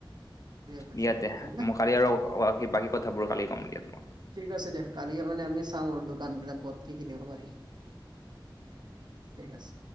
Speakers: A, on the right; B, on the left.
A: পাৰি
B: দিয়া তে, মো, কালি আৰু বাকী কথাবোৰ কালি কম দিয়া, তোমাক
A: ঠিক আছে দিয়া, কালিয়ে মানে আমি চাম আৰু দোকান বিলাক ক'ত কি কি দিব পাৰি। ঠিক আছে।